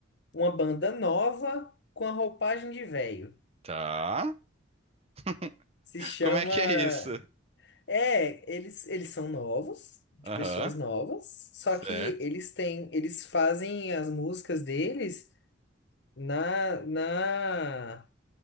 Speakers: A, on the left (about 60°); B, on the right (about 30°).
A: Uma banda nova com a roupagem de velho.
B: tá. <laughs>
A: Se chama.
B: Como é que é isso?
A: É, eles, eles são novos, de
B: Aham,
A: pessoas novas, só
B: certo.
A: que eles têm, eles fazem as músicas deles na, na,